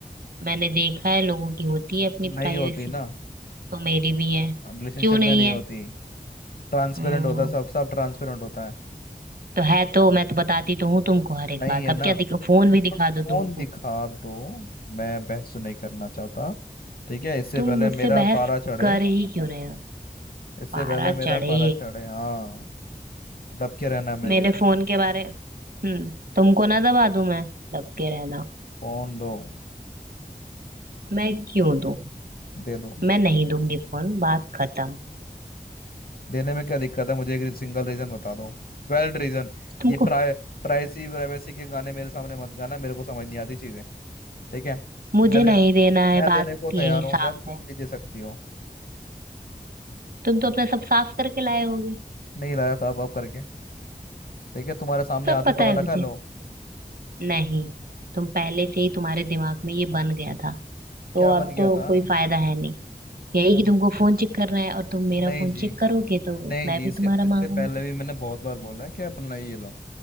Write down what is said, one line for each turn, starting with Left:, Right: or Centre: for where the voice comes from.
Right: मैंने देखा है लोगों की होती है अपनी
Left: नहीं
Right: प्राइवेसी
Left: होती ना
Right: तो मेरी भी है
Left: रिलेशनशिप
Right: क्यों नहीं
Left: में नहीं
Right: है
Left: होती ट्रांसपेरेंट
Right: हम्म,
Left: होता सब सब ट्रांसपेरेंट होता है
Right: तो है तो मैं तो बताती तो हूँ तुमको हर एक
Left: नहीं
Right: बात
Left: है
Right: अब
Left: ना
Right: क्या दिख फोन भी दिखा
Left: तो फोन
Right: दो तुमको
Left: दिखा दो मैं बहस नहीं करना चाहता ठीक है इससे
Right: तुम
Left: पहले
Right: मुझसे
Left: मेरा
Right: बहस
Left: पारा चढ़े
Right: कर ही क्यों रहे हो
Left: इससे
Right: पारा
Left: पहले मेरा
Right: चढ़े
Left: पारा चढ़े हाँ दब के रहना मेरे
Right: मेरे
Left: को
Right: फोन के बारे हम्म तुमको ना दबा दूं मैं दब के रहना
Left: फोन दो
Right: मैं क्यों दूं
Left: दे दो
Right: मैं नहीं दूंगी फोन बात खत्म
Left: देने में क्या दिक्कत है मुझे एक सिंगल रीजन बता दो वैलिड रीजन
Right: तुमको
Left: ये प्राय प्राइसी प्राइवेसी के गाने मेरे सामने मत गाना मेरे को समझ नहीं आती चीजें ठीक है
Right: मुझे
Left: मैं देने
Right: नहीं देना है
Left: मैं
Right: बात
Left: देने को तैयार
Right: यही
Left: हूँ
Right: साफ
Left: जब तुम
Right: है
Left: भी दे सकती हो
Right: तुम तो अपना सब साफ करके लाए होगे
Left: नहीं लाया साहब आप करके ठीक है तुम्हारे सामने
Right: सब
Left: हाथ में
Right: पता
Left: पकड़
Right: है
Left: रखा
Right: मुझे
Left: लो
Right: नहीं तुम पहले से ही तुम्हारे दिमाग में ये बन गया था तो
Left: क्या बन
Right: अब
Left: गया
Right: तो
Left: था
Right: कोई फायदा है नहीं यही
Left: क्या
Right: कि
Left: बन
Right: तुमको
Left: गया
Right: फोन चेक करना है और तुम मेरा
Left: नहीं
Right: फोन
Left: जी
Right: चेक करोगे तो
Left: नहीं
Right: मैं
Left: जी
Right: भी
Left: इसके
Right: तुम्हारा
Left: इससे
Right: मांगूंगी
Left: पहले भी मैंने बहुत बार बोला है कि अपना ये लो